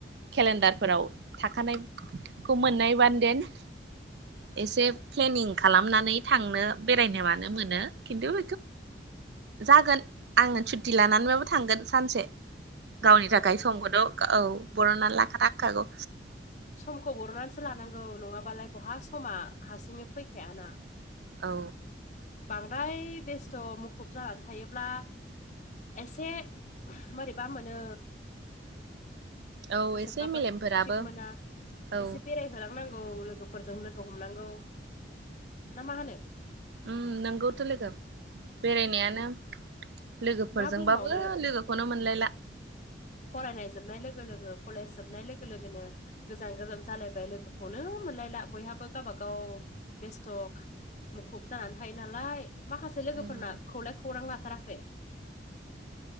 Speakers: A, on the right (about 70°); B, on the left (about 40°).
A: खेलेन्डारफोराव थाखानायखौ मोननाय बान देन एसे प्लेनिं खालामनानै थांनो बेरायनो मानो मोनो खिन्थु जागोन आङो सुटि लानानैबाबो थांगोन सानसे। गावनि थाखाय
B: औ
A: समखथ औ बरननानै लाखानांगौ।
B: समखौ बरनानैसो लानांगौ नङाबालाय बहा समा हारसिङै फैखायाना।
A: औ।
B: बांद्राय बेस्थ' मुखुब जानानै थायोब्ला एसे मोरैबा मोनो।
A: औ
B: गोसोब्लाबो
A: एसे मेलेमफोराबो
B: थिख मोना
A: औ
B: एसे बेराय होलांनांगौ लोगोफोरजों लोगो हमनांगौ ना मा होनो।
A: ओम नोंगौथ' लोगो बेरायनायानो लोगोफोरजोंबाबो
B: मा बुंबावनो
A: लोगोखौनो मोनलायला
B: फरायनाय जोबनाय लोगो लोगो कलेज जोबनाय लोगो लोगोनो गोजान गोजान जालायबाय लोगोखौनो मोनलायला बयहाबो गावबागाव बेस्थ' मुखुब जानानै थायो नालाय माखासे लोगोफोरना
A: उम
B: खौलाय खौरां लाथाराखै